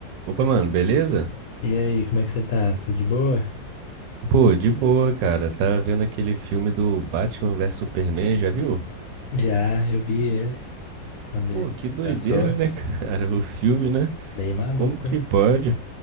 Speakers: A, on the right; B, on the left.
A: Opa, mano, beleza?
B: E aí, como é que você tá? Tudo de boa?
A: Pô, de boa, cara. Tá vendo aquele filme do Batman versus Superman, já viu?
B: Já, eu vi ele quando
A: Pô,
B: ele
A: que doideira,
B: lançou,
A: né, <laughs> cara? O filme, né?
B: meio maluco,
A: Como que
B: né?
A: pode?